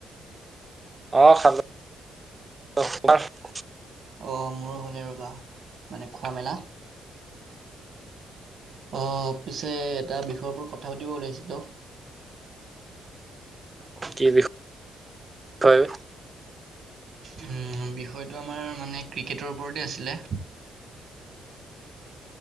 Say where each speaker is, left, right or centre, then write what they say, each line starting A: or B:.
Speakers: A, on the right; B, on the right.
A: অ', খালোঁ <unintelligible>
B: অ', মোৰো হ'লেই ৰ'বা, মানে খোৱা মেলা। অ', পিছে এটা বিষয়ৰ ওপৰত কথা পাতিব ওলাইছিলো।
A: কি বিষ <inaudible> ষয়।
B: উম, বিষয়টো আমাৰ মানে ক্ৰিকেটৰ ওপৰতেই আছিলে।